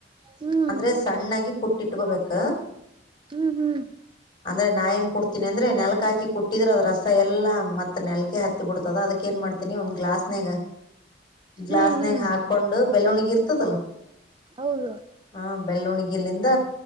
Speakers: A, on the right (about 25°); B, on the left (about 25°).
A: ಹ್ಮ್ ಹ್ಮ್
B: ಅಂದ್ರೆ ಸಣ್ಣಾಗಿ ಕುಟ್ಟಿಟ್ಕೊಬೇಕ
A: ಹ್ಮ್ ಹ್ಮ್
B: ಅಂದ್ರೆ ನಾ ಹೆಂಗ್ ಕುಡ್ತೀನಿ ಅಂದ್ರೆ ನೆಲಕ ಹಾಕಿ ಕುಟ್ಟಿದ್ರೆ ಅದ ರಸ ಎಲ್ಲ ಮತ್ ನೆಲಕಿ ಹತ್ತಿ ಬಿಡ್ತದ ಅದಕ್ಕ ಏನ್ ಮಾಡ್ತೀನಿ ಒಂದ್ ಗ್ಲಾಸ್ ನಾಗ ಗ್ಲಾಸ್ನಾಗ
A: ಹ್ಮ್ ಹ್ಮ್
B: ಹಾಕ ಕೊಂಡು ಬೆಲ್ಲವಣಗಿ ಇರ್ತದಲ್ಲ
A: ಹೌದು
B: ಹಾ ಬೆಳ್ಳವಣಿಗಿಲಿಂದ